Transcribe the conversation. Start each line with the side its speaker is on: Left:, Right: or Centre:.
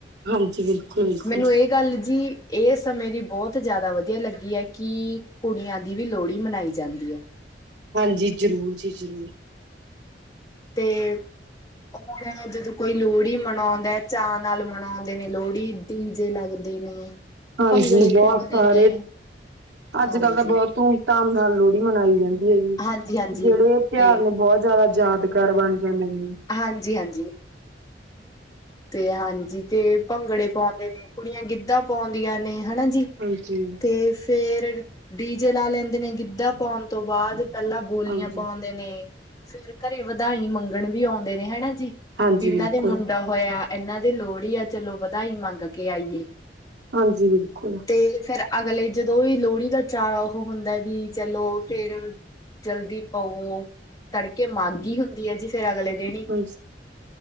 Right: ਹਾਂਜੀ ਬਿਲਕੁਲ ਬਿਲਕੁਲ
Left: ਮੈਨੂੰ ਇਹ ਗੱਲ ਜੀ ਇਹ ਸਮੇਂ ਦੀ ਬਹੁਤ ਜ਼ਿਆਦਾ ਵਧੀਆ ਲੱਗੀ ਹੈ ਕਿ ਕੁੜੀਆਂ ਦੀ ਵੀ ਲੋਹੜੀ ਮਨਾਈ ਜਾਂਦੀ ਹੈ।
Right: ਹਾਂਜੀ, ਜ਼ਰੂਰ ਜੀ ਜ਼ਰੂਰ।
Left: ਤੇ ਹੋਣ ਜਦੋਂ ਕੋਈ ਲੋਹੜੀ ਮਨਾਉਂਦਾ ਚਾਅ ਨਾਲ ਮਨਾਉਂਦੇ ਨੇ ਲੋਹੜੀ ਡੀ ਜੇ ਲੱਗਦੇ ਨੇ
Right: ਹਾਂਜੀ,
Left: ਭੰਗੜੇ
Right: ਬਹੁਤ
Left: ਪਾਉਂਦੇ
Right: ਸਾਰੇ
Left: ਨੇ
Right: ਅੱਜ-
Left: ਹਾਂਜੀ
Right: ਕਲ ਦਾ ਬਹੁਤ ਧੂਮ ਧਾਮ ਨਾਲ ਲੋਹੜੀ ਮਨਾਈ ਜਾਂਦੀ ਹੈ ਜੀ।
Left: ਹਾਂਜੀ ਹਾਂਜੀ
Right: ਜਿਹੜੇ ਇਹ ਤਿਉਹਾਰ
Left: ਤੇ
Right: ਨੇ ਬਹੁਤ ਜ਼ਿਆਦਾ ਯਾਦਗਾਰ ਬਣ ਜਾਂਦੇ ਨੇ।
Left: ਹਾਂਜੀ-ਹਾਂਜੀ। ਤੇ ਹਾਂਜੀ ਤੇ ਭੰਗੜੇ ਪਾਉਂਦੇ ਨੇ ਕੁੜੀਆਂ ਗਿੱਧਾ ਪਾਉਂਦੀਆਂ ਨੇ ਹੈਨਾ ਜੀ,
Right: ਹਾਂਜੀ
Left: ਤੇ ਫੇਰ ਡੀਜੇ ਲਾ ਲੈਂਦੇ ਨੇ ਗਿੱਧਾ ਪਾਉਣ ਤੋਂ ਬਾਅਦ ਪਹਿਲਾਂ ਬੋਲੀਆਂ
Right: ਹਾਂਜੀ।
Left: ਪਾਉਂਦੇ ਨੇ ਫੇਰ ਘਰੇ ਵਧਾਈ ਮੰਗਣ ਵੀ ਆਉਂਦੇ ਨੇ ਹੈਨਾ ਜੀ,
Right: ਹਾਂਜੀ
Left: ਵੀ ਇਨਾਂ
Right: ਬਿਲਕੁਲ
Left: ਦੇ ਮੁੰਡਾ ਹਾਂ ਇਹਨਾਂ ਦੀ ਲੋੜਹੀ ਆ ਚਲੋ ਵਧਾਈ ਮੰਗ ਕੇ ਆਈਏ।
Right: ਹਾਂਜੀ ਬਿਲਕੁਲ।
Left: ਤੇ ਫੇਰ ਅਗਲੇ ਜਦੋਂ ਇਹ ਲੋੜੀ ਦਾ ਚਾਅ ਉਹ ਹੁੰਦਾ ਵੀ ਚਲੋ ਫਿਰ ਜਲਦੀ ਪਊ ਤੜਕੇ ਮਾਂਗੀ ਹੁੰਦੀ ਹੈ ਜੀ ਫਿਰ ਅਗਲੇ ਦੇਣੀ
Right: ਹਾਂਜੀ